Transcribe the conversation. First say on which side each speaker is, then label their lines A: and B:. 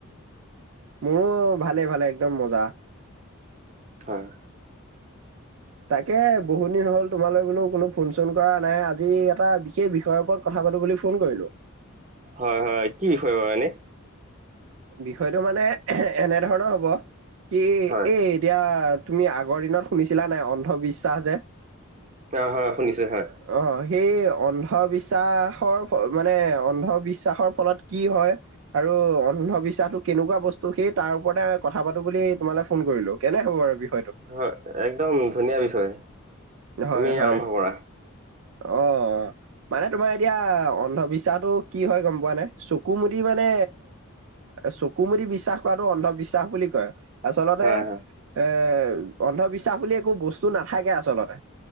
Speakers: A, on the right; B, on the right.
A: মোৰো ভালে ভালে একদম মজা।
B: হয়
A: তাকে বহুত দিন হ'ল তোমালৈ বোলো কোনো ফোন চোন কৰা নাই আজি এটা বিশেষ বিষয়ৰ ওপৰত কথা বুলি ফোন কৰিলো
B: হয় হয় কি বিষয় বাৰু এনে
A: বিষয়টো মানে এনে ধৰণৰ হব, কি এই
B: হয়
A: এতিয়া তুমি আগৰ দিনত শুনিছিলা নাই অন্ধবিশ্বাস যে
B: অ' হয় শুনিছো হয়।
A: অ', সেই অন্ধবিশ্বাসৰ মানে অন্ধবিশ্বাসৰ ফলত কি হয় আৰু অন্ধবিশ্বাসটো কেনেকুৱা বস্তু সেই তাৰ ওপতে কথা পাতো বুলি তোমালে ফোন কৰিলো, কেনে হ'ব বাৰু বিষ
B: হয় একদম ধুনীয়া বিষয়,
A: হয়,
B: তুমি
A: হয়।
B: আৰম্ভ কৰা।
A: অ' মানে তোমাৰ এতিয়া অন্ধবিশ্বাসটো কি হয় গম পোৱা নে-া চকু মুদি মানে, চকু মুদি বিশ্বাস কৰাটোক অন্ধবিশ্বাস বুলি কয়। আচলতে,
B: হয় হয়
A: এ অন্ধবিশ্বাস বুলি একো বস্তু নাথাকে আৰু চলতে,